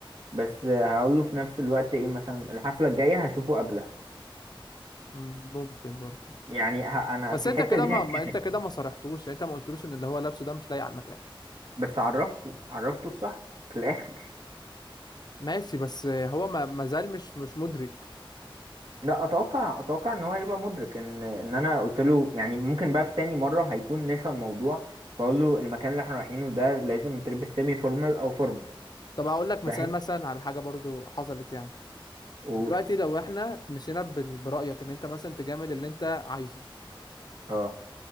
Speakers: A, on the right; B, on the left.
A: بس هقول له في نفس الوقت ايه مثلا الحفله الجايه هشوفه قبلها
B: مم، ممكن برضو
A: يعني ه... انا
B: بس
A: في
B: انت
A: الحته
B: كده
A: دي
B: ما,
A: هكمل
B: ما انت كده ما صرحتوش يعني انت ما قلتلوش ان اللي هو لابسه ده مش لايق على المكان
A: بس عرفته عرفته الصح في الاخر
B: ماشي بس هو ما ما زال مش مش مدرك
A: لا اتوقع اتوقع ان هو هيبقى مدرك ان ان انا قلت له يعني ممكن بقى في تاني مره هيكون نسى الموضوع فاقول له المكان اللي احنا رايحينه ده لازم تلبس سيمي فورمال او فورمال
B: طب هقول لك مثال
A: فاهم
B: مثلا على حاجه برضو حصلت يعني
A: قول
B: دلوقتي لو احنا مشينا بال- برايك ان انت مثلا تجامل اللي انت عايزه
A: اه